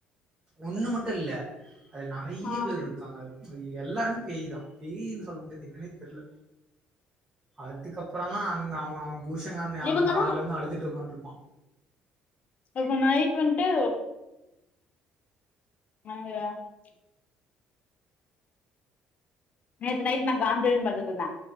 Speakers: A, on the right (about 25°); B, on the left (about 45°).
A: ஒன்னு மட்டு இல்ல அதுல நெறைய
B: ஆ
A: பேர் இருக்காங்க அது எல்லாருமே பேயுதா பேய்னு சொல்ல முடியாது என்னன்னே தெர்ல அதுக்கப்பறந்தா அந்த அவங்க அவங் புருஷங்காரன அவன்
B: இவங்கல்லா
A: வந்து கால்ல வந்து அழுதுட்டு உக்காண்ட்ருப்பா
B: எப்ப நைட் வந்ட்டு <unintelligible> நேத்து நைட் நா காஞ்சுரின் பாத்துட்டுருந்த